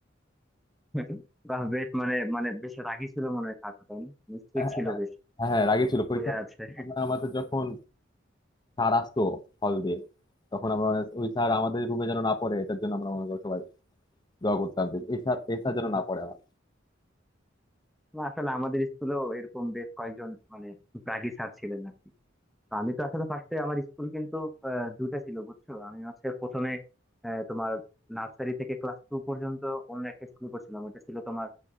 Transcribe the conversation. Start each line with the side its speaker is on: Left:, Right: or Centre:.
Centre: <laughs> বাহ বেশ মানে মানে বেশ রাগী ছিল মনে হয় কাকা তাই না স্ট্রিক্ট
Left: হ্যাঁ
Centre: ছিল বেশ
Left: হ্যাঁ রাগে ছিল পরীক্ষা
Centre: বোঝা যাচ্ছে
Left: আমাদের যখন স্যার আসতো হল দিয়ে তখন আমরা মানে ওই স্যার আমাদের রুমে যেন না পড়ে এটার জন্য আমরা মনে করো সবাই দোয়া করতাম যে এই স্যার এই স্যার
Centre: <laughs>
Left: যেন না পড়ে আমার
Centre: না আসলে আমাদের স্কুলেও এরকম বেশ কয়েকজন মানে রাগী স্যার ছিলেন আর কি আমি তো আসলে ফার্স্টে আমার স্কুল কিন্তু আহ, দুইটা ছিল বুঝছো আমি হচ্ছে প্রথমে আহ, তোমার নার্সারি থেকে ক্লাস টু পর্যন্ত অন্য একটা স্কুলে পড়ছিলাম ওটা ছিল তোমার